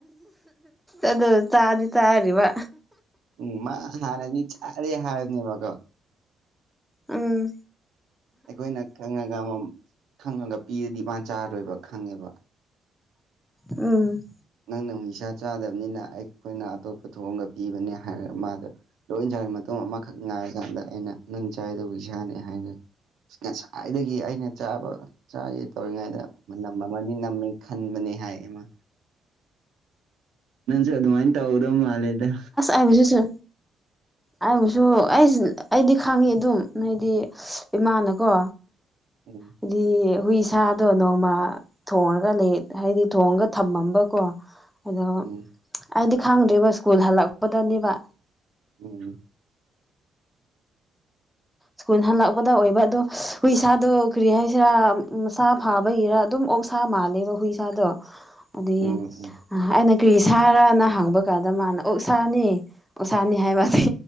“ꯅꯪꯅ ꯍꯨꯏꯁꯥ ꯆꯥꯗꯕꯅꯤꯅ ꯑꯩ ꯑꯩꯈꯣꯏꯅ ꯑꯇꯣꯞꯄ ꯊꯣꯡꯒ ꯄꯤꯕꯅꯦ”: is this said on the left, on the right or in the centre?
Right